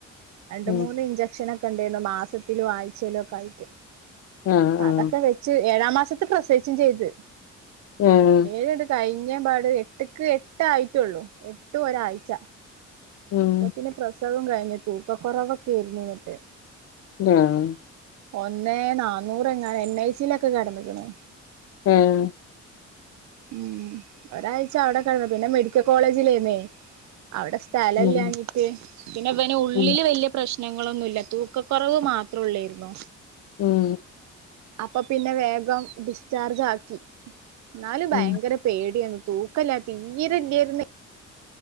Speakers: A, on the right; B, on the left.
A: രണ്ട്
B: ഉം
A: മൂന്ന് ഇഞ്ചക്ഷനൊക് ക്കെണ്ടേയ്നു മാസത്തിലും ആഴ്ചേലൊക്കായിട്ട്
B: ആഹ് ആഹ്
A: അതൊക്കെ വെ ച്ച് ഏഴാ മാസത്തി പ്രസവിച്ചും ചെയ്ത്
B: ഏഹ്
A: ഏഴട് കഴിഞ്ഞ പാട് എട്ട് ക്ക് എട്ട് ആയിട്ടോള്ളൂ എട്ട് ഒരാഴ്ച
B: ഉം
A: അപ്പത്തിന് പ്രസവം കഴിഞ്ഞ് തൂക്കക്കുറവൊക്കായിരുന്നു ന്നട്ട്
B: ആഹ്
A: ഒന്നേ നാന്നൂറ് എങ്ങാണ്ട് എൻ ഐ സിയിലൊക്കെ കെടന്ന്കണ്
B: ഏഹ്
A: ഉം ഒരാഴ്ച അവടെ കടന്ന് പിന്നെ മെഡിക്കൽ കോളേജിലേന്നേ അവടെ സ്ഥലല്ലാഞ്ഞിട്ട്
B: ഉം
A: പിന്നെ വന് ഉള്ളില്
B: ഉം
A: വല്ല്യ പ്രശ്നങ്ങളൊന്നുല്ല തൂക്കകൊറവ് മാത്രയോല്ലാരുന്നോ
B: ഉം
A: അപ്പൊ പിന്നെ വേഗം ഡിസ്ചാർജ് ആക്കി എന്നാലും
B: ഉം
A: ഭയങ്കര- പേടിയെന്നു തൂക്കല്ലാരുന്നു തീരെല്ലര്ന്നേ